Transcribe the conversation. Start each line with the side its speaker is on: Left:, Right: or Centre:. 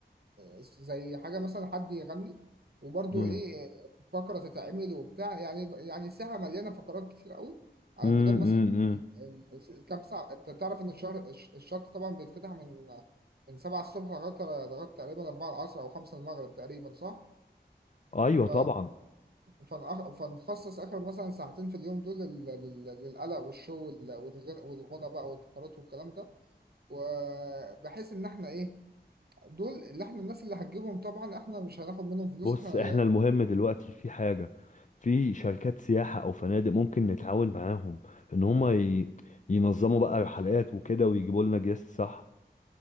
Right: آه، زي حاجة مثلا حد يغني وبرضو
Left: امم
Right: ايه فقرة تتعمل وبتاع يعني يعني ساعة مليانة فقرات كتير قوي على
Left: امم
Right: مدار مثلا ال- ال- ال- الكام ساعة انت تعرف ان الشهر الش- الشط طبعا بيتفتح من من سبعة الصبح لغاية لغاية تقريبا أربعة العصر أو خمسة المغرب تقريبا صح؟
Left: ايوه
Right: ف
Left: طبعا
Right: فنأخ- فنخصص آخر مثلا ساعتين في اليوم دول لل- لل- للقلق والشو وال- والغن- والغنى بقى والفقرات والكلام ده وبحيث إن إحنا إيه دول اللي إحنا الناس اللي هنجيبهم طبعا إحنا مش هناخد منهم فلوس
Left: بص
Right: إحنا
Left: احنا المهم دلوقتي في حاجة في شركات سياحة او فنادق ممكن نتعاون معاهم ان هما ي... ينظموا بقى رحلات وكده ويجيبوا لنا جيست صح